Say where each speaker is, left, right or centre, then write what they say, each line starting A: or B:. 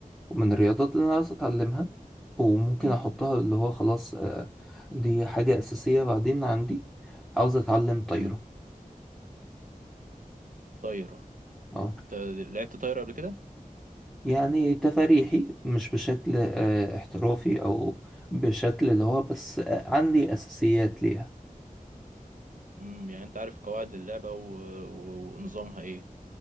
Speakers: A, in the centre; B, on the right.
A: ومن الرياضات اللي أنا عاوز أتعلمها وممكن
B: امم
A: أحطها اللي هو خلاص آه، دي حاجة أساسية بعدين عندي عاوز أتعلم طايرة
B: امم طايرة
A: اه
B: انت لعبت طايرة قبل كده
A: يعني تفاريحي مش بشكل آه، احترافي او بشكل اللي هو بس آه، عندي اساسيات ليها
B: امم يعني انت عارف قواعد اللعبة و... و... ونظامها ايه